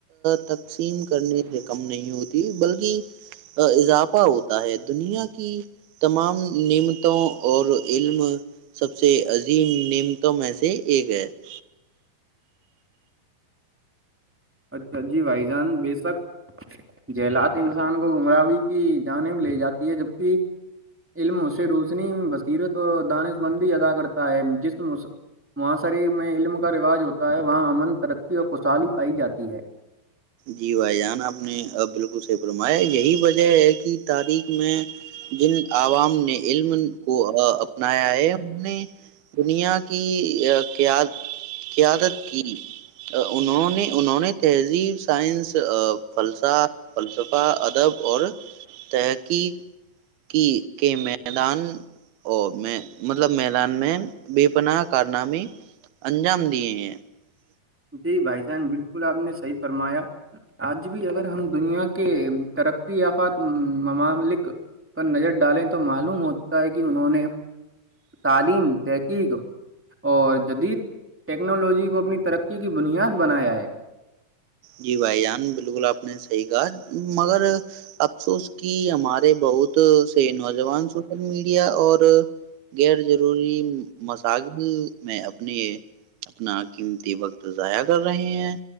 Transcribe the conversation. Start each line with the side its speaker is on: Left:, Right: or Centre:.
Right: تقسیم کرنے سے کم نہیں ہوتی بلکہ اضافہ ہوتا ہے دنیا کی تمام نعمتوں اور علم <unintelligible> سب سے عظیم نمتم سے ایک ہے <unintelligible>
Centre: اچھا جی بھائی جان بے شک جہلات انسان کو گمراہی کی جانب لے جاتی ہے جبکہ علم اس سے روشنی بصیرت اور دانش مندی ادا کرتا ہے جس معحاصرے میں علم کا رواج ہوتا ہے وہاں امن ترقی اور خوشحالی پائی جاتی ہے <unintelligible> ہے <unintelligible>
Right: جی بھائی جان آپ نے بالکل صحی فرمایا یہی وجہ ہے کہ تاریخ میں جن عوام نے علم کو اپنایا ہے انہ نے دنیا کی ق قیادت کی انہوں نے انہوں نے تہذیب <unintelligible> سائنس فلسہ فلسفہ ادب اور تحقیق کی کے میدان اور میں مطلب میدان میں بے پناہ کارنامے انجام دیے ہیں <unintelligible>
Centre: جی بھائی جان بالکل آپ نے <unintelligible> حی فرمایا آج بھی اگر ہم دنیا کے ترقی یافت مماملک پر نظر ڈالیں تو معلوم ہوتا ہے کہ انہوں نے تعلیم تحقیق اور جدید ٹیکنالوجی کو اپنی ترقی کی بنیاد بنایا ہے
Right: جی بھائی جان بالکل آپ نے صحیح کہا مگر افسوس کی ہمارے بہت سے نوجوان سوشل میڈیا اور غیر جضروری مسال میں اپنے اپنا قیمتی وقت ضائع کر رہے ہیں